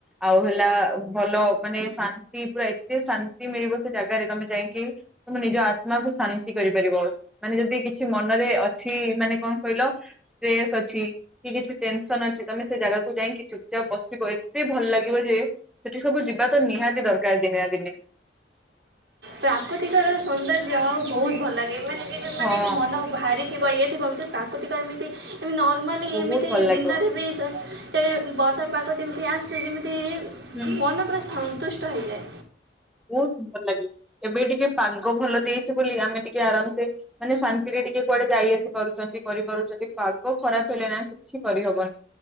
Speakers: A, in the centre; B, on the right.
A: ଆଉ ହେଲା ଭଲ ମାନେ ସା ନ୍ତି ପୁରା ଏତେ ଶାନ୍ତି ମିଳିବ ସେଜାଗାରେ ତମେ ଯାଇକି ତୁମେ ନିଜ ଆତ୍ମାକୁୁ ଶାନ୍ତି କରିପାରିବ। ମାନେ ଯଦି କିଛି ମନରେ ଅଛି ମାନେ କଁ କହିଲ। ସ୍ପେସ୍ ଅଛି କି କିଛି ଟେନସନ ଅଛି ତମେ ସେ ଜାଗାକୁ ଯାଇଁ କି ଚୁପ୍। ଯାଅ ବସିବ। ଏତେ ଭଲ ଲାଗିବ ଯେ ସେଠି ସବୁ ଯିବା ତ ନିହାତି ଦରକାର ଦିନେ ନା ଦିନେ।
B: ପ୍ରାକୃତିକର ସୌନ୍ଦର୍ଯ୍ୟ ବହୁତ ଭଲ ଲାଗେ ମାନେ କି ମାନେ
A: ହଁ
B: କି ମନ। ଭାରିଥିବ ଇଏ ଥିବ ଯେ ପ୍ରାକୃତିକ ଏମିତି ଏମିତି ନର୍ମାଲି
A: ବହୁତ
B: ଏମିତି
A: ଭଲ ଲାଗିବ।
B: ଦିନରେ। ସେ ଯୋଉ ବର୍ଷା ପାଗ ଯେମିତି ଆସେ ଯେମିତି।
A: ହୁଁ
B: ମନ ପୁରା ସନ୍ତୁଷ୍ଟ ହେଇଯାଏ।
A: ବହୁତ ସୁନ୍ଦର ଲାଗେ। ଏବେ ଟିକେ ପାଗ ଭଲ ଦେଇଛି ବୋଲି ଆମେ ଟିକେ ଆରାମ ସେ। ମାନେ ଶାନ୍ତିରେ ଟିକେ କୁଆଡେ ଯାଇ ଆସି ପାରୁଛନ୍ତି ‌କରି ପାରୁଛନ୍ତି ପାଗ ଖରାପ ହେଲେ ନା। କିଛି କରିହବନି